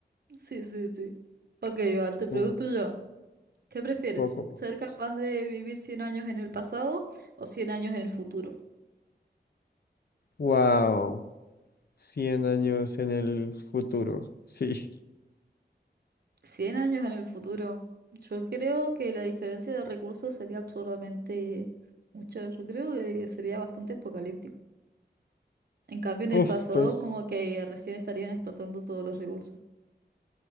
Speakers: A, on the right (about 60°); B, on the left (about 60°).
A: Sí, sí, sí. Ok, Iván, te pregunto
B: Un
A: yo, ¿qué prefieres?
B: poco pobres.
A: ¿Ser capaz de vivir 100 años en el pasado o 100 años en el futuro?
B: Wow, 100 años en el futuro. Sí.
A: cien años en el futuro. Yo creo que la diferencia de recursos sería absurdamente mucha. Yo creo que sería bastante apocalíptico. En cambio, en el
B: Uf,
A: pasado,
B: pues
A: como que recién estarían explotando todos los recursos.